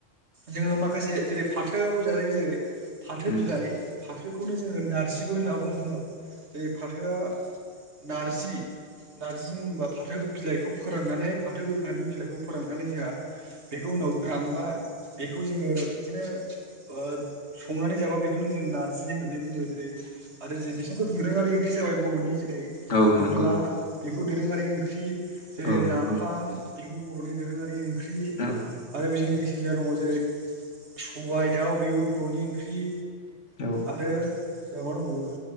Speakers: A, on the right; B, on the left.
A: जोङो माखासे जेरै फाथोआबो जाजायो जेरै फाथो
B: उम
A: बिलाइ फाथोखौनो जोङो नारजिबो होनना बुङो उनाव बे फाथोआ नारजि नार्जि होनबा फाथो बिलाइखौ फोराननानै फाथो गोखानि बिलाइखौ फोराननानै जोंहा बेखौ ग्रानबा बेखौ जोङो बिदिनो ओ संनानै जाबा बेखौनो जों नारजि होननानै बुङो जेरै आरो जे बिसोरथ' दोरोङारि ओंख्रि जाबाय बर'नि जेरै
B: औ नंगौ
A: अनला बेफोर दोरोङारि ओं ख्रि जेरै
B: औ नंगौ
A: नाफाम बेबो बर'नि दोरोङारि ओंख्रि
B: औ
A: आरो बेजों लोगोसे जा रङ जेरै सबायाइ दाउ बेबो बर'नि ओंख्रि
B: औ
A: आरो जोंहा मा दंबावो